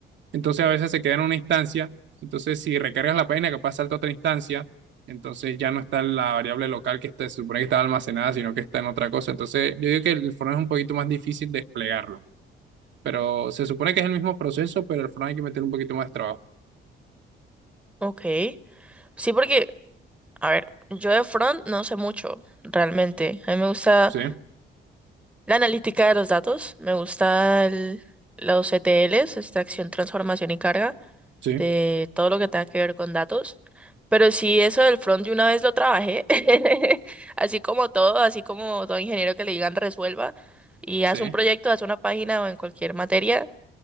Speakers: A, on the right; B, in the centre.
A: entonces a veces se queda en una instancia, entonces si recargas la página capaz salta a otra instancia, entonces ya no está la variable local que está, se supone que estaba almacenada, sino que está en otra cosa. Entonces yo digo que el front es un poquito más difícil desplegarlo, pero se supone que es el mismo proceso, pero el front hay que meter un poquito más de trabajo.
B: Ok. Sí, porque, a ver, yo de front no sé mucho, realmente. A mí me gusta
A: Sí,
B: la analítica de los datos, me gusta el- los ETLs, extracción, transformación y carga.
A: sí,
B: de todo lo que tenga que ver con datos. Pero sí, eso del front de una vez lo trabajé, <laughs> así como todo, así como todo ingeniero que le digan resuelva y haz
A: sí,
B: un proyecto, haz una página o en cualquier materia.